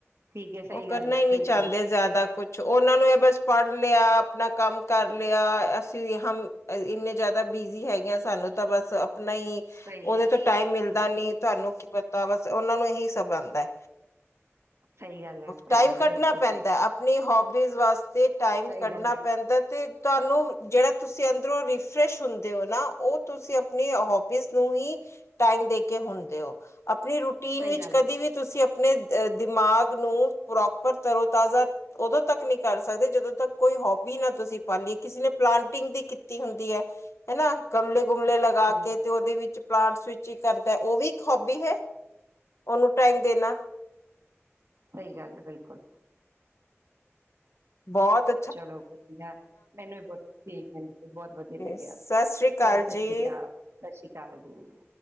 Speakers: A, on the right (about 65°); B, on the left (about 70°).
A: ਠੀਕ ਹੈ ਸਹੀ
B: ਉਹ ਕਰਨਾ
A: ਗੱਲ ਹੈ
B: ਈ ਨੀ
A: ਬਿਲਕੁਲ
B: ਚਾਹੁੰਦੇ ਜ਼ਿਆਦਾ, ਕੁਛ ਉਹਨਾਂ ਨੂੰ ਇਹ ਬਸ ਪੜ੍ਹ ਲਿਆ ਆਪਣਾ ਕੰਮ ਕਰ ਲਿਆ ਅਸੀਂ ਹ ਇੰਨੇ ਜਿਆਦਾ ਬਿਜੀ ਹੈਗੇ ਆ, ਆਂ ਸਾਨੂੰ ਤਾਂ ਬਸ ਆਪਣਾ ਈ
A: ਸਹੀ
B: ਉਹਦੇ
A: ਗੱਲ
B: ਤੋਂ ਟਾਈਮ ਮਿਲਦਾ। ਦਾ ਨੀ ਤੁਹਾਨੂੰ ਕੀ ਪਤਾ ਬਸ ਉਹਨਾ ਨੂੰ ਇਹੀ ਸਭ ਆਦਾ ਐ।
A: ਸਈ ਗੱਲ, ਹੈ
B: ਟਾਈਮ
A: ਸਹੀ ਗੱਲ
B: ਕੱਢਣਾ
A: ਹੈ ਬਿਲਕੁਲ
B: ਪੈਂਦਾ
A: ਸਹੀ
B: ਆਪਣੀ ਹੋਬੀਜ਼ ਵਾਸਤੇ ਟਾਈਮ
A: ਸਹੀ
B: ਕੱਢਣਾ
A: ਗੱਲ ਹੈ
B: ਪੈਂਦਾ, ਤੇ ਤੁਹਾਨੂੰ ਜਿਹੜਾ ਤੁਸੀਂ ਅੰਦਰੋਂ ਰੀਫਰੈਸ਼ ਹੁੰਦੇ ਹੋ ਨਾ ਉਹ, ਤੁਸੀਂ ਆਪਣੀ ਹੋਵੀਸ ਨੂੰ ਹੀ ਟਾਈਮ ਦੇ ਕੇ ਹੁਦੇ ਔ। ਆਪਣੀ ਰੂਟੀਨ
A: ਸਹੀ
B: ਵਿੱਚ
A: ਗੱਲ
B: ਚ ਕਦੇ
A: ਹੈ
B: ਵੀ ਤੁਸੀਂ ਆਪਣੇ ਦਿਮਾਗ ਨੂੰ ਪ੍ਰੋਪਰ ਤਰੋ ਤਾਜ਼ਾ ਉਦੋਂ ਤੱਕ ਨੀ ਕਰ ਸਕਦੇ ਜਦੋਂ ਤੱਕ ਕੋਈ ਹੋਬੀ, ਨਾ ਤੁਸੀਂ ਲਈ ਪਾਲੀ ਕਿਸੇ ਨੇ ਪਲਾਂਟਿੰਗ ਦੀ ਕੀਤੀ ਹੁੰਦੀ ਐ। ਹਨਾ ਗਮਲੇ ਗੁਮਲੇ ਲਗਾ
A: ਹਮ
B: ਕੇ ਤੇ ਉਹਦੇ ਵਿੱਚ ਪਲਾਂਟਸ ਵਿੱਚ, <unintelligible> ਕਰਦਾ ਉਹ ਵੀ ਇੱਕ ਹੋਬੀ ਐ ਉਹਨੂੰ ਟਾਈਮ ਦੇਣਾ,
A: ਸਈ ਗੱਲ ਬਿਲਕੁਲ,
B: ਬੋਤ
A: ਚਲੋ ਵਧੀਆ ਮੈਨੂੰ ਵੀ, ਬੋਨ ਬਹੁਤ ਵਧੀਆ ਲੱਗਿਆ
B: ਸਤਿ
A: ਚ
B: ਸ੍ਰੀ ਅਕਾਲ
A: ਚਲੋ ਸਤਿ
B: ਜੀ।
A: ਸ੍ਰੀ ਅਕਾਲ ਸਤਿ ਸ਼੍ਰੀ ਅਕਾਲ ਜੀ,